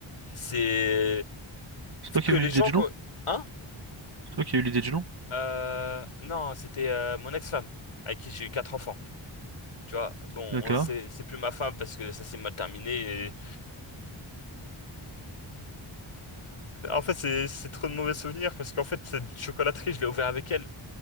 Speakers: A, on the left (about 80°); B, on the right (about 50°).
A: C'est...
B: C'est
A: Faut
B: toi
A: que
B: qui as
A: les
B: eu l'idée
A: gens...
B: du
A: quoi-
B: nom?
A: Hein?
B: C'est toi qui as eu l'idée du nom?
A: Euh, non, c'était euh, mon ex-femme, avec qui j'ai eu quatre enfants. Tu vois, bon,
B: D'accord.
A: c'est c'est plus ma femme parce que ça s'est mal terminé. et- <laughs> En fait, c'est c'est trop de mauvais souvenirs parce qu'en fait, cette chocolaterie, je l'ai ouverte avec elle,